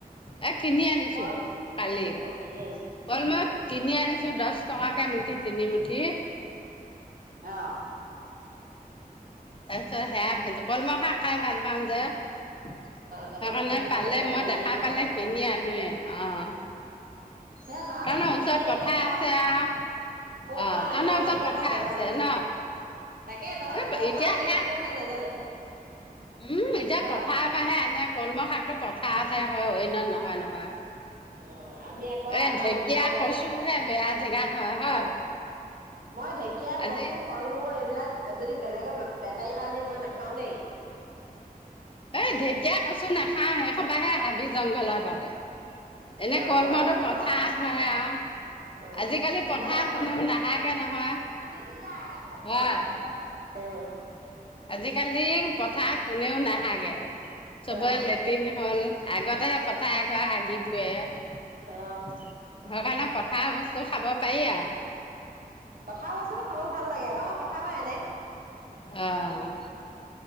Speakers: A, on the left (about 35°); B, on the right (about 65°).
A: এ কিনি আনিছো
B: কল
A: কালি।
B: অ কিনি আনিছ
A: কলমৌ কিনি আনিছো দচ টকাকে মুঠি তিনি মুঠি।
B: অহ।
A: তাৰপিছত সেয়া কলমৌ শাক খাই ভাল পাওঁ যে সেইকাৰণে
B: তহঁতৰ কিনি খাব
A: পালে
B: লাগে আমি
A: মই দেখা
B: এনেই পাওঁ
A: পালে কিনি আনোৱে অ।
B: হে তহঁতে
A: তহঁতৰ
B: বোলো
A: ওচৰত
B: কিনি
A: পথাৰ
B: আনি খাওঁ।
A: আছে আৰু
B: ক'ৰ
A: অ
B: পৰা
A: তহঁতৰ
B: আনে
A: ওচৰত
B: কি কথা
A: পথাৰ
B: নাজান
A: আছে
B: না।
A: ন
B: তাকে তহঁতে
A: এই
B: ক'ৰ
A: এতিয়া
B: পৰা আনে
A: সেয়া
B: কি কথা নাজানে।
A: উম, এতিয়া
B: হয়
A: পথা পা হে আনে কলমৌ শাকটো পথা ঠায়ে ঠায়ে হয়, অন্যত নহয়, নহয়।
B: অ', আমি আকৌ
A: এ
B: আমাৰ
A: ঢেকীয়া
B: পথাৰত হে
A: কচুহে
B: পায়।
A: বেয়া জেগাত হয় হয়।
B: মই ঢেকীয়া,
A: আজি
B: কচু, কলমৌ এইবিলাক যদি বেলেগৰ বেপাৰী পা আনি মই নাখাওঁ দেই।
A: এ ঢেকীয়া, কচু নাখাওঁ সেইসোপা হেই হাবি জংঘলত অ হয় এনে
B: অ',
A: কলমৌটো
B: মইতো নাখাওঁ।
A: পথাৰত হয় আৰু।
B: অ',
A: আজিকালি পথাৰত
B: মই নাখাওঁ
A: কোনেও নাহাগে নহয়
B: <unintelligible>
A: হয়। আজিকালি পথাৰ কোনেও নাহ হাগে চবৰে
B: অ
A: লেট্ৰিন হ'ল। আগতেহে পথাৰ হাগি ফুৰে। হেইকাৰণে
B: অ
A: পথাৰৰ বস্তু খাব পাৰি আৰু।
B: পথাৰৰ বস্তুটো খাব ভাল লাগে আকৌ আমাৰ পথাৰৰ পৰাই আনে।
A: অ',